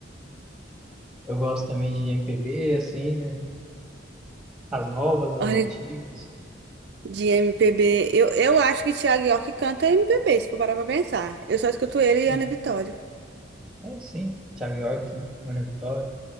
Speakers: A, in the centre; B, on the right (about 55°).
A: Eu gosto também de MPB, assim, né? As novas, as
B: Olha,
A: antigas.
B: de MPB, eu, eu acho que Thiago York canta MPB, se for parar pra pensar. Eu só escuto ele e
A: Tem-
B: Ana Vitória.
A: É, sim, Thiago York, né? Mano Vitória.